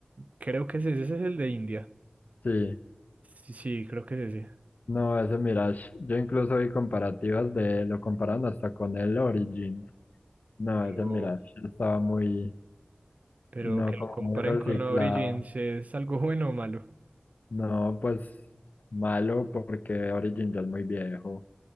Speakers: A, on the right; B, on the left.
A: Creo que ese, ese es el de India.
B: sí.
A: Sí, sí, creo que es ese.
B: No, ese Mirage. Yo incluso vi comparativas de, lo comparan hasta con el Origin. No,
A: Pero,
B: ese mira, yo estaba muy,
A: Pero
B: no, como
A: comparen
B: muy reciclado.
A: con pero, Origins, ¿es algo bueno o malo?
B: No, pues malo porque Origin ya es muy viejo.